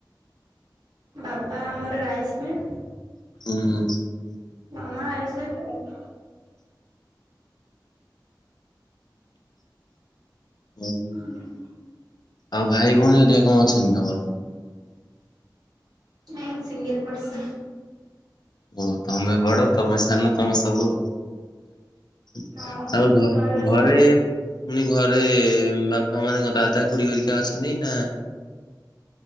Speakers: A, on the right (about 60°); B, on the left (about 65°).
A: ବାବା ଆମର ରାଇସ୍ ମିଲ୍।
B: ହୁଁ।
A: ମାମା ହାଉସ୍ ୱାଇଫି ଆଉ।
B: ହୁଁ।
A: ହଁ।
B: ଆଉ ଭାଇ ଭଉଣୀ ହରିକା କଣ ଅଛନ୍ତି ତମର।
A: ନାଇ ସିଙ୍ଗଲ ପର୍ସନ।
B: ଓ ତମେ ବଡ ତମେ ସାନ ତମେ ସବୁ। <unintelligible>
A: ହଁ ଘରର
B: ଘ ଘରେ
A: ସବୁ
B: ପୁଣି ଘରେ ବାପା ମାନେଙ୍କ ଦାଦା ଖୁଡ଼ି ହେରିକା ଅଛନ୍ତି ନା?